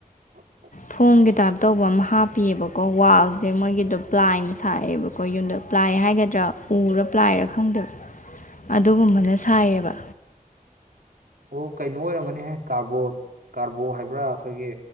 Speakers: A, on the right; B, on the left.
A: ꯑꯣ
B: ꯊꯣꯡꯒꯤ ꯇꯥꯏꯞ ꯇꯧꯕ ꯑꯃ ꯍꯥꯞꯄꯤꯑꯕꯀꯣ ꯋꯥꯜꯁꯦ ꯃꯣꯏꯒꯤꯗꯣ ꯄ꯭ꯂꯥꯏꯅ ꯁꯥꯏꯑꯦꯕꯀꯣ ꯌꯨꯝꯗ ꯄ꯭ꯂꯥꯏ ꯍꯥꯏꯒꯗ꯭ꯔꯥ ꯎꯔ ꯄ꯭ꯂꯥꯏꯔ ꯈꯪꯗꯕ ꯑꯗꯨꯒꯨꯝꯕꯅ ꯁꯥꯏꯌꯦꯕ
A: ꯑꯣ ꯀꯩꯅꯣ ꯑꯣꯏꯔꯝꯒꯅꯤꯍꯦ ꯀꯥꯔꯕꯣꯠ ꯀꯥꯔꯕꯣ ꯍꯥꯏꯕ꯭ꯔꯥ ꯑꯩꯈꯣꯏꯒꯤ